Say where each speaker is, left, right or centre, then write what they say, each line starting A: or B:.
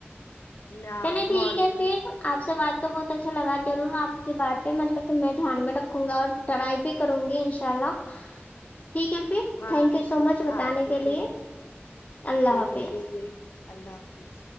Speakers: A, on the left; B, on the left.
A: نہ
B: چلے ٹھیک
A: مارننگ
B: ہے پھر
A: میں
B: آپ سے بات کر بہت اچھا لگا ضرور آپ کی باتیں مطلب کہ میں دھیان میں رکھوں گا اور ٹرائی بھی کروں گی انشاء اللہ ٹھیک ہے پھر
A: ہاں
B: تھینک یو سو مچ بتانے
A: ہاں ٹھیک
B: کے
A: ہے
B: لیے اللہ
A: ٹھیک
B: حافظ
A: ہے ٹھیک ہے اللہ حافظ